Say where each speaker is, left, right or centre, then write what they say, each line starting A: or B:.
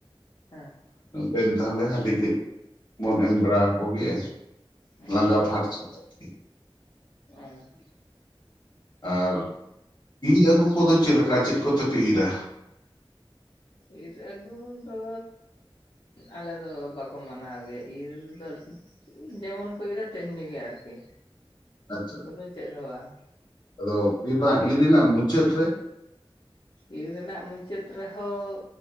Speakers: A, on the left; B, on the left.
A: ᱦᱮᱸ
B: ᱫᱮᱱ ᱛᱟᱦᱚᱞᱮ ᱦᱟᱹᱰᱤ ᱠᱟᱹᱡ ᱵᱚᱱ ᱮᱢ ᱵᱟᱲᱟ ᱠᱚᱜᱮ,
A: ᱦᱮᱸ
B: ᱞᱟᱸᱜᱟ ᱯᱷᱟᱨᱪᱟ <unintelligible>
A: ᱚᱸ
B: ᱟᱨ ᱤᱨ ᱟᱹᱜᱩ ᱠᱚᱫᱚ ᱪᱮᱫ ᱞᱮᱠᱟ ᱪᱮᱫ ᱠᱚᱛᱮᱯᱮ ᱤᱨᱟ?
A: ᱤᱨ ᱟᱹᱜᱩ ᱫᱚ ᱟᱞᱮ ᱫᱚ ᱵᱟᱠᱚ ᱢᱟᱱᱟᱣ ᱜᱮᱭᱟ ᱤᱨᱫᱚ, ᱡᱮᱢᱚᱱ ᱠᱚ ᱤᱨᱟ ᱛᱮᱢᱱᱤᱜ ᱜᱮ ᱟᱨᱠᱤ
B: ᱟᱪᱪᱷᱟ
A: ᱠᱳᱱᱳ ᱪᱮᱫ ᱦᱚᱸ ᱵᱟᱝ᱾
B: <inaudible>
A: ᱤᱨ ᱨᱮᱱᱟᱜ ᱢᱩᱪᱟᱹᱫ ᱨᱮᱦᱚᱸ